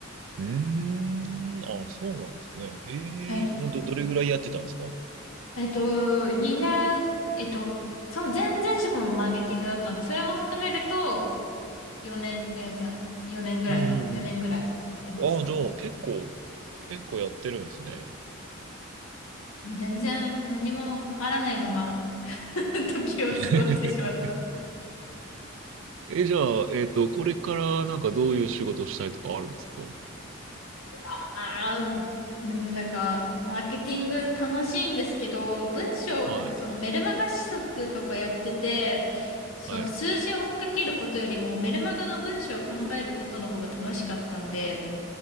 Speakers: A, on the right; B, on the left.
A: うーん。あ、そうなんですね。ええ、
B: はい。
A: ど、どれぐらいやってたんですかうん
B: えっと、2年、えっと、その前々職もマーケティングだったんで、それも含めると、4年、えーじゃあ、4年ぐらいか。
A: うんうん
B: 4年ぐらいやってました。
A: うん。あじゃあ、結構、結構やってるんですね。
B: でも全然何もわからないまま <laughs> 時を過ごしてしまった。
A: <laughs> え、じゃあ、えっと、これからなんかどういう仕事をしたいとかあるんですか
B: ああ、でもなんか、マーケティング楽しいんですけど、文章、
A: はい、
B: なんかそのメルマガ試作とかやってて、その数字を追っかけることよりもメルマガの文章を考えることの方が楽しかったんで、
A: はい。